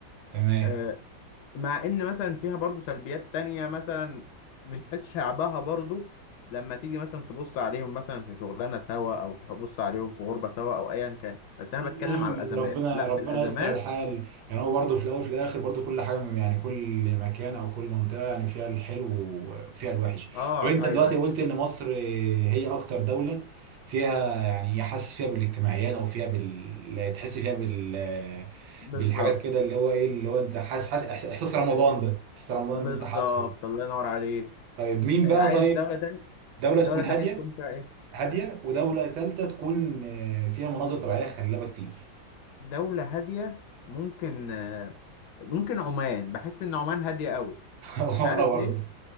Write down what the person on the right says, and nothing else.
تمام
نعم
ربنا
ربنا
يسهل الحال يعني هو برضه في الاول في الاخر برضه كل حاجه يعني كل مكان او كل منطقه يعني فيها الحلو وفيها الوحش
طب انت دلوقتي
قلت ان مصر هي اكتر دوله فيها يعني حاسس فيها بالاجتماعيات او فيها بال تحس فيها بال
بالحاجات كده اللي هو ايه اللي هو انت حاسس حاسس احساس إحساس رمضان ده احساس رمضان
اللي انت حاسه ده.
طيب مين
بقى
طيب
دوله تكون
هاديه
هاديه ودوله
ثالثه تكون آه، فيها مناظر طبيعيه خلابه كتير
<laughs>
وانا برضه